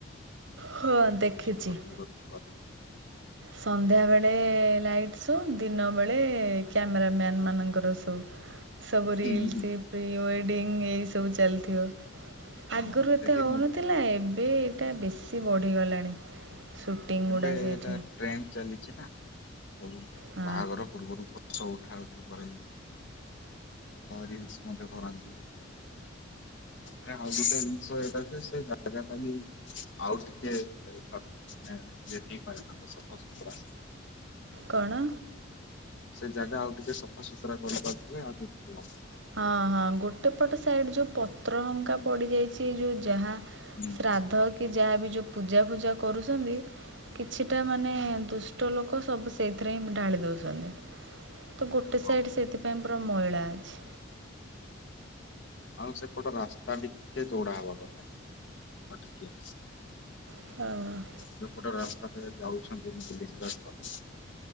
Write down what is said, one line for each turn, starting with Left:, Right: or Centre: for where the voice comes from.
Right: ହଁ ଦେଖିଛି
Left: ବହୁତ ସୁନ୍ଦର ସୁନ୍ଦର ବା
Right: ସନ୍ଧ୍ୟାବେଳେ ଲାଇଟ୍ ସବୁ ଦିନ ବେଳେ କ୍ୟାମେର ମ୍ୟାନ ମାନଙ୍କର ସବୁ ସବୁ
Left: କରନ୍ତି।
Right: ରିଲ୍ସ ପ୍ରି ୱେଡ଼ିଙ୍ଗ ଏଇ ସବୁ ଚାଲିଥିବ।
Left: ହଁ
Right: ଆଗରୁ ଏତେ
Left: ସେଠି
Right: ହଉନଥିଲା
Left: ମୁଁ
Right: ଏବେ ଏଇଟା ବେଶୀ ବଢ଼ିଗଲାଣି। ସୁଟିଂ
Left: ଏବେ
Right: ଗୁଡ଼ା ସେଇଠି
Left: ଏଟା ଟ୍ରେନ ଚାଲିଛି ନା ସବୁ
Right: ହଁ
Left: ବାହାଘର ପୂର୍ବରୁ ସବୁ ଉଠା ଉଠି କରନ୍ତି, ରିଲସ ମଧ୍ୟ କରନ୍ତି। ରେ ଆଉ ଗୋଟେ ଜିନିଷ ଏଇଟା କି ସେ ଜାଗାଟା ବି ଆଉ ଟିକେ ମାନେପ ସଫାସୁତୁରା
Right: କଣ?
Left: ସେ ଜାଗା ଆଉ ଟିକେ ସଫାସୁତୁରା କରିପାରୁଥିଲେ ଆଉ ଟିକେ ଭଲ
Right: ହଁ ହଁ ଗୋଟେ ପଟ ସାଇଡ୍ ଯୋଉ ପତ୍ର ହଙ୍କା ପଡି ଯାଇଛି ଯୋଉ ଯାହା
Left: ହୁଁ
Right: ଶ୍ରାଦ୍ଧ କି ଯାହାବି ଯୋଉ ପୂଜାଫୁଜା କରୁଛନ୍ତି କିଛିଟା ମାନେ ଦୁଷ୍ଟ ଲୋକ ସବୁ ସେଇଥିରେ ହିଁ ଢାଳି ଦଉଛନ୍ତି। ତ ଗୋଟେ ସାଇଡ୍
Left: ହଁ
Right: ସେଥିପାଇଁ ପୁରା ମଇଳା ଅଛି।
Left: ଆଉ ସେପଟ ରାସ୍ତା ଟିକେ ଚଉଡା ହବା କଥା ଆଉ ଟିକେ
Right: ହଁ।
Left: ଲୋକ ଟା ରାସ୍ତା ଯାଉଛନ୍ତି ମତି ଦେଖେିବାଖ କରି <inaudible>